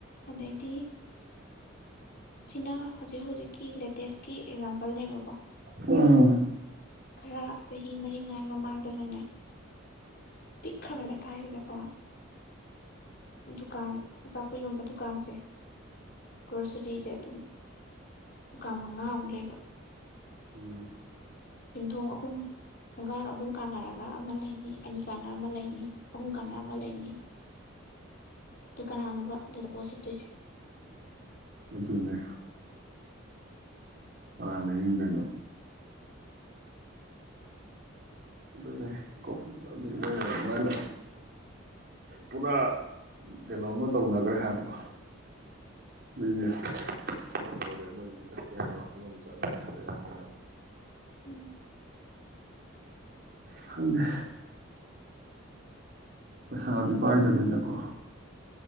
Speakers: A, on the left; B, on the right.
A: ꯑꯗꯩꯗꯤ ꯁꯤꯅ ꯍꯧꯖꯤꯛ ꯍꯧꯖꯤꯛꯀꯤ ꯂꯦꯇꯦꯁꯀꯤ ꯑꯦꯛꯖꯥꯝꯄꯜꯅꯦꯕꯀꯣ
B: ꯎꯝ
A: ꯈꯔ ꯆꯍꯤ ꯃꯔꯤꯉꯥꯏ ꯃꯃꯥꯡꯗꯅꯅꯦ ꯄꯤꯛꯈ꯭ꯔꯕ ꯂꯦ ꯀꯥꯗꯤꯗꯀꯣ ꯗꯨꯀꯥꯟ ꯑꯆꯥꯄꯣꯠ ꯌꯣꯟꯕ ꯗꯨꯀꯥꯟꯁꯦ ꯒ꯭ꯔꯣꯁꯔꯤꯁꯦ ꯑꯗꯨꯝ ꯗꯨꯀꯥꯟ ꯃꯉꯥꯃꯨꯛ ꯂꯩꯕ
B: ꯎꯝ
A: ꯌꯨꯝꯊꯣꯡ ꯑꯍꯨꯝ ꯊꯨꯡꯒꯥꯟ ꯑꯍꯨꯝ ꯀꯥꯟꯅꯔꯒ ꯑꯃ ꯂꯩꯅꯤ ꯑꯅꯤ ꯀꯥꯟꯅ ꯑꯃ ꯂꯩꯅꯤ ꯑꯍꯨꯝ ꯀꯥꯟꯅ ꯑꯃ ꯂꯩꯅꯤ ꯑꯗꯨꯗꯨ ꯀꯥꯟꯅ ꯑꯃꯅꯕ ꯑꯗꯨꯗ ꯄꯣꯁꯤ ꯇꯣꯏꯁꯦ
B: ꯑꯗꯨꯅꯦ ꯀꯅꯥ ꯂꯩꯅꯤꯡꯗꯣꯏꯅꯣ ꯑꯗꯨꯅꯦ ꯀꯣꯕꯤꯇ ꯑꯃꯨꯛ ꯄꯨꯔꯥ ꯀꯩꯅꯣꯃ ꯇꯧꯅꯈ꯭ꯔꯦ ꯍꯥꯏꯕ ꯅꯦꯁ ꯑꯃ ꯇꯧꯔꯤ ꯑꯃꯗ ꯃꯊꯠꯀ ꯍꯥꯏꯕ ꯋꯥꯈꯜꯂꯣꯟ ꯆꯠꯅꯔꯦ ꯍꯥꯏꯕ ꯌꯥ ꯀ
A: ꯎꯝ
B: ꯈꯪꯗꯦ ꯈꯪꯗꯦ ꯄꯩꯁꯥꯗꯤ ꯄꯥꯏꯗꯕꯅꯤꯅꯀꯣ